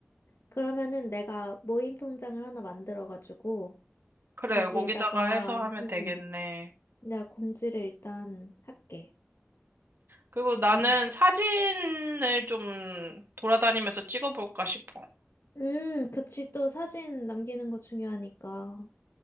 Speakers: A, on the left; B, on the right.
A: 그러면은 내가 모임 통장을 하나 만들어가지고
B: 그래,
A: 거기에다가
B: 거기다가 해서 하면
A: 음
B: 되겠네.
A: 내가 공지를 일단 할게.
B: 그리고 나는
A: 음.
B: 사진을 좀 돌아다니면서 찍어볼까 싶어.
A: 음, 그치 또 사진 남기는 거 중요하니까.